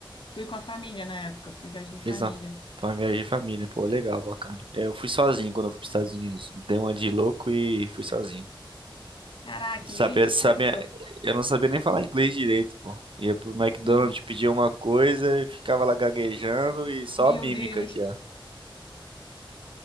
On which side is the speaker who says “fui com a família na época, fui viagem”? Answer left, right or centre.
Left